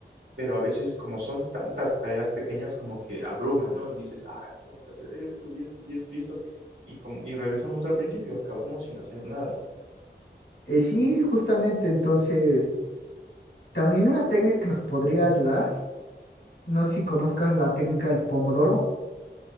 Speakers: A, on the right; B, on the left.
A: pero a veces como son tantas tareas pequeñas como que abruman, ¿no? Y dices, ay, tengo que hacer esto y esto y esto y esto. Y, como, y regresamos al principio, acabamos sin hacer nada.
B: Eh, sí, justamente, entonces, también una técnica que nos podría ayudar, no sé si conozcas la técnica del pomodoro.